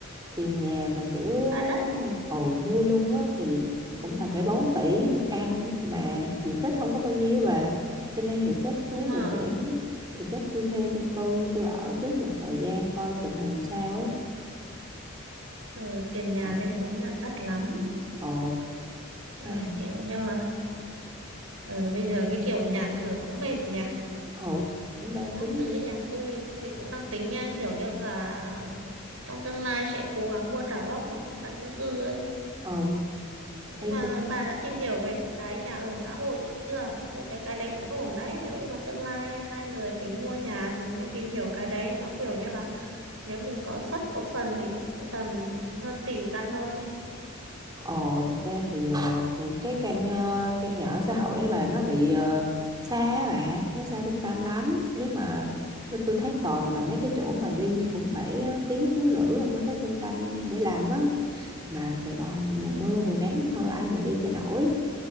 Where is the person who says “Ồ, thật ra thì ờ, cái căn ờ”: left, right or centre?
Right